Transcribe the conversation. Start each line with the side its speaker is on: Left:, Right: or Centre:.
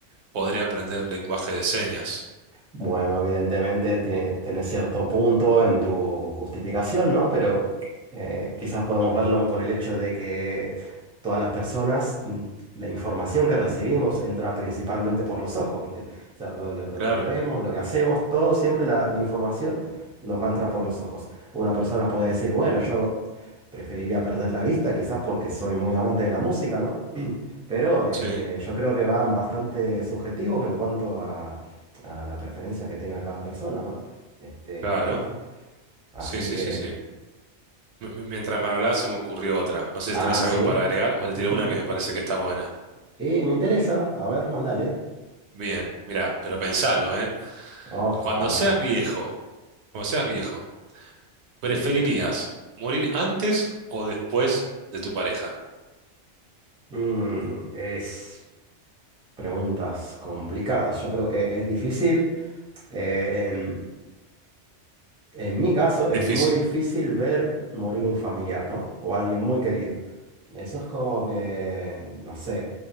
Right: podré aprender lenguaje de señas.
Centre: Bueno, evidentemente tiene, tenés cierto punto en tu justificación, ¿no? Pero eh, quizás podemos verlo
Right: Mm.
Centre: por el hecho de que todas las personas, mm, la información que recibimos entra principalmente por los ojos, ¿viste? O sea, todo lo, todo
Right: Claro,
Centre: lo que vemos, lo que hacemos, todo siempre la, la información nos va a entrar por los ojos. Una persona puede decir, bueno, yo preferiría perder la vista, quizás porque soy muy amante de la música, ¿no? Pero este,
Right: sí,
Centre: yo creo que van bastante subjetivos en cuanto a, a la preferencia que tenga cada persona, ¿no? Este,
Right: claro.
Centre: <laughs> así
Right: Sí, sí,
Centre: que,
Right: sí, sí. M- m- Mientras me hablabas se me ocurrió otra. No sé
Centre: ah,
Right: si tenés
Centre: sí.
Right: algo para agregar o te tiro
Centre: <laughs>
Right: una que me parece que está buena.
Centre: Y me interesa, a ver, mandale.
Right: Bien, mirá, pero pensalo, ¿eh?
Centre: Oh,
Right: Cuando
Centre: a
Right: seas
Centre: ver.
Right: viejo, cuando seas viejo, ¿preferirías morir antes o después de tu pareja?
Centre: Mm, es preguntas complicadas. Yo creo que es difícil. eh, en, en mi caso, es
Right: Difícil.
Centre: muy difícil ver morir un familiar, ¿no? O alguien muy querido. Eso es como que, no sé.